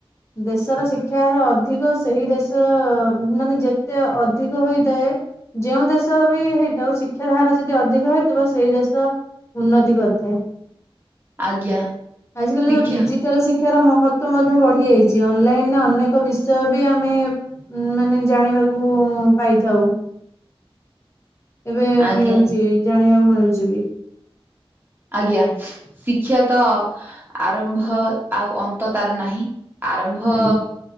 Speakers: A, on the left; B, on the right.
A: ଦେଶର ଶିକ୍ଷା ର ଅଧିକ ସେହି ଦେଶ ମାନେ ଯେତେ ଅଧିକ ହୋଇଥାଏ। ଯେଉଁ ଦେଶ ବି ହେଇଥାଉ ଶିକ୍ଷାର ହାର ଯଦି ଅଧିକ ହେଇଥିବ ସେଇ ଦେଶ ଉନ୍ନତି କରିଥାଏ।
B: ଆଜ୍ଞା।
A: ଆଜି କାଲି
B: ଶିକ୍ଷା
A: ଯଉ ଡିଜିଟାଲ ଶି ଶିକ୍ଷାର ମହତ୍ୱ ମଧ୍ୟ ବଢି ଯାଇଛି ଅନଲାଇନରେ ଅନେକ ବିଷୟ ବି ଆମେ ଉ ମାନେ ଜାଣିବାକୁ ପାଇଥାଉ। ଏବେ
B: ଆଜ୍ଞା
A: ମିଳୁଛି ଜାଣିବାକୁ ମିଳୁଛି ବି।
B: ଆଜ୍ଞା, ଶିକ୍ଷା ତ ଆରମ୍ଭ ଆଉ ଅନ୍ତ ତାର ନାହିଁ। ଆରମ୍ଭ
A: ନାଇଁ